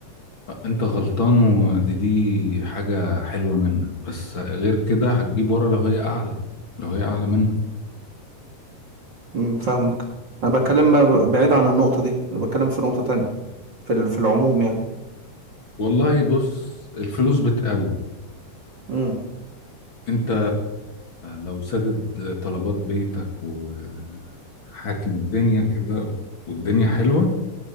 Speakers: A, on the left; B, on the right.
A: انت غلطان ودي دي حاجة حلوة منك بس غير كده هتجيب ورا لو هي اعلى لو هي اعلى منك
B: مم، فاهمك انا بتكلم ب- بعيد عن النقطه دي انا بتكلم في نقطه تانية في ال- في العموم يعني
A: والله بص الفلوس بتقوي
B: امم
A: انت لو سدد طلبات بيتك وحاكم الدنيا كده والدنيا حلوة